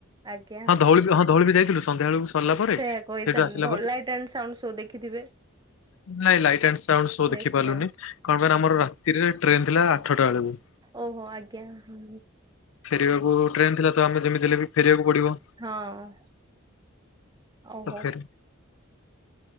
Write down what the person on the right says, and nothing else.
ଆଜ୍ଞା।
ସେଇଆ କହିଥାନ୍ତି
ଧଉଳି
ଲାଇଟ୍ ଆଣ୍ଡ ସାଉଣ୍ଡ ଶୋ ଦେଖିଥିବେ
ଦେଖିନାହାନ୍ତି
ଓହୋ ଆଜ୍ଞା ହ।
ହଁ। ଓହୋ।